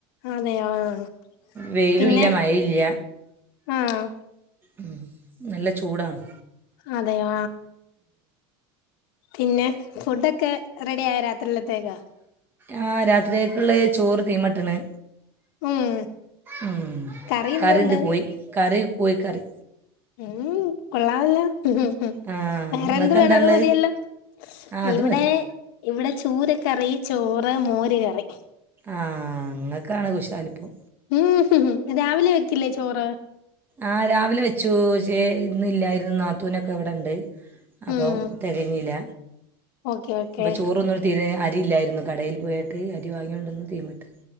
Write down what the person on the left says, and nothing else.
അതെയോ ആഹ്
പിന്നെ
ആഹ്
അതെ യാ പിന്നെ ഫുഡൊക്കെ റെഡി ആയോ രാത്രിലത്തേക്ക്?
ഉം
കറി
എന്തുണ്ട്
ഉം, കൊള്ളാവല്ലോ. ഉം,
വേറെന്ത്
വേണം,
അത്
മതിയല്ലൊ,
ഇവിടെ...
ഇവിടെ ചൂരക്കറി, ചോറ്, മോര് കറി.
ഉം ഉം, രാവിലെ വെക്കില്ലേ ചോറ്?
ഉം
ഓക്കെ ഓക്കെ